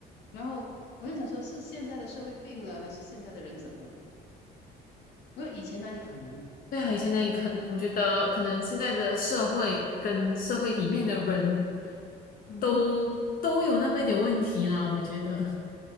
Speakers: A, on the left; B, on the left.
A: 然后我就想说，是现在的社会病了，还是现在的人怎么了？因为以前那里可能，
B: 对啊，以前那里可能我觉得可能现在的社会跟社会里面的人
A: 嗯哼，
B: 都都有那么一点问题啦，我觉得，